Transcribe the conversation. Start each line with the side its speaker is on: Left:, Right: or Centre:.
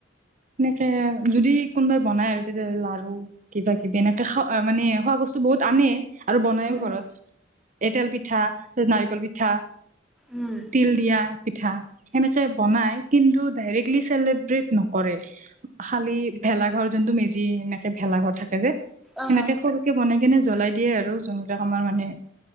Right: এনেকে যদি কোনোবাই বনাই আৰু তেতিয়া লাৰু কিবা কিবি এনেকে খা মানে খোৱা বস্তু বহুত আনে আৰু বনাইও
Centre: উম,
Right: ঘৰত এ তেল পিঠা নাৰিকল পিঠা
Centre: উম,
Right: তিল দিয়া পিঠা সেনেকে বনাই কিন্তু ডাইৰেক্টলি চেলিব্ৰেট নকৰে কৰে খালি ভেলা ঘৰ যোনটো মেজি এনেকে ভেলা ঘৰ থাকে যে
Centre: অ',
Right: সেনেকে সৰু কে বনাই কেনে জ্বলাই দিয়ে আৰু যোনবিলাক আমাৰ মানে